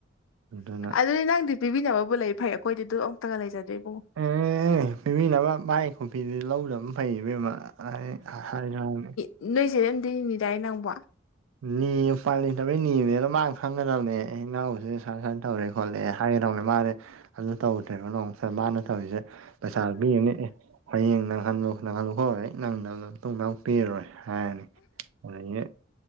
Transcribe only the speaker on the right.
ꯑꯗꯨꯅꯤ
ꯑꯦ ꯄꯤꯕꯤꯅꯕ ꯃꯥꯏ ꯈꯨꯄꯤꯗꯨꯗꯤ ꯂꯧꯗꯕꯝ ꯐꯩ ꯢꯕꯦꯝꯃ ꯍꯥꯏ ꯍ ꯍꯥꯢꯔꯧꯅꯦ
ꯅꯤꯌꯦ ꯎꯄꯥꯢꯂꯩꯇꯕꯩ ꯅꯤꯕꯅꯦ ꯑꯗꯣ ꯃꯥꯥꯅ ꯈꯪꯒꯗꯕꯅꯦ ꯏꯅꯥꯎꯁꯤ ꯁꯥꯏꯟ ꯁꯥꯢꯟ ꯇꯧꯔꯦ ꯈꯣꯠꯂꯦ ꯍꯥꯏꯒꯗꯧꯅꯦ ꯃꯥꯗꯤ ꯑꯗꯨ ꯇꯧꯗ꯭ꯔꯦꯀꯣ ꯅꯣꯡ ꯁꯥ ꯃꯥꯅ ꯇꯧꯔꯤꯖꯦ ꯄꯩꯁꯥ ꯄꯤꯒꯅꯤ ꯑꯦ ꯍꯌꯦꯡ ꯅꯪꯍꯟꯂꯣ ꯅꯪꯍꯜꯂꯨꯀꯣ ꯍꯦꯛ ꯅꯪꯗꯕꯗ ꯃꯇꯨꯡ ꯅꯥꯎ ꯄꯤꯔꯔꯣꯏ ꯍꯥꯏꯔꯅꯤ ꯑꯗꯒꯤ